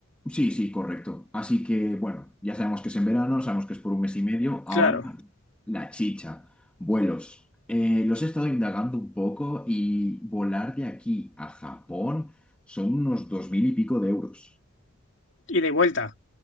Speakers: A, in the centre; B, on the left (about 60°).
A: Sí, sí, correcto. Así que, bueno, ya sabemos que es en verano, sabemos que es por un mes y medio. Ahora,
B: Claro,
A: la chicha. Vuelos. Eh, los he estado indagando un poco y volar de aquí a Japón son unos dos mil y pico de euros.
B: ida y vuelta.